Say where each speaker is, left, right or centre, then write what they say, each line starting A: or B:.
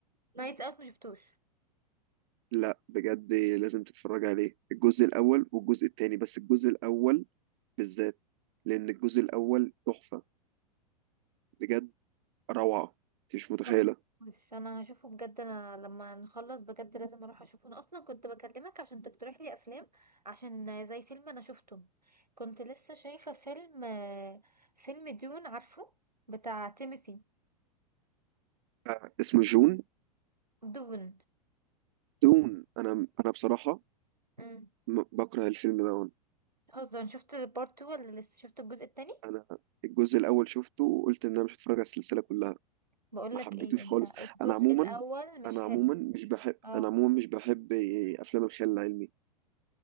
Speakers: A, on the right; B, on the right.
A: نايت اوت مشفتوش
B: لا بجد لازم تتفرج عليه الجزء الاول والجزء التاني بس الجزء الاول بالذات لان الجزء الاول تحفه بجد روعه انت مش متخيله
A: انا مشفتوش انا هشوفه بجد انا لما نخلص بجد لازم اروح اشوفه انا اصلا كنت بكلمك عشان تقترح لي افلام عشان زي فيلم انا شفته كنت لسه شايفه فيلم آه، فيلم دون عارفه بتاع تيموثي
B: آه، اسمه جون
A: دون
B: دون انا انا بصراحه
A: امم
B: م- بكره الفيلم ده
A: هزر شفت البارت 2 ولا لسه شفت الجزء التاني
B: انا الجزء الاول شفته وقلت ان انا مش هتفرج على السلسله كلها
A: بقول
B: ما
A: لك
B: حبيتوش
A: ايه انت
B: خالص
A: الجزء
B: انا عموما
A: الاول مش
B: انا
A: حلو
B: عموما مش بحب
A: اه
B: انا عموما مش بحب افلام الخيال العلمي